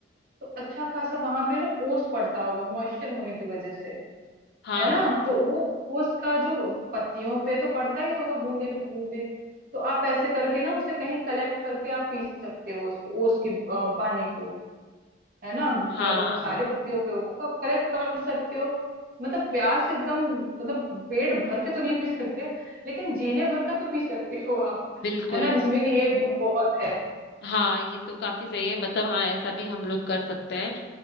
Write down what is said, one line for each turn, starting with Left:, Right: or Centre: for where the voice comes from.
Right: तो अच्छा खासा वहां पे ना ओस पड़ता होगा मॉइस्चर होने की वजह से
Left: हाँ
Right: है ना तो वो वो उसका जो पत्तियों पे तो पड़ता ही होगा बूंदे बूंदे तो आप ऐसे करके ना उसे कहीं कलेक्ट करके आप पी सकते हो उस, वो उसकी अ, पानी को है ना ज-
Left: हाँ
Right: जब सारे पत्तियों पे होगा तो आप कलेक्ट कर सकते हो मतलब प्यास एकदम मतलब पेट भर के तो नहीं पी सकते लेकिन जीने भर का तो पी सकते हो आप
Left: बिल्कुल
Right: है ना जिसमें कि एक घूंट बहुत है
Left: हाँ ये तो काफी सही है मतलब हाँ ऐसा भी हम लोग कर सकते हैं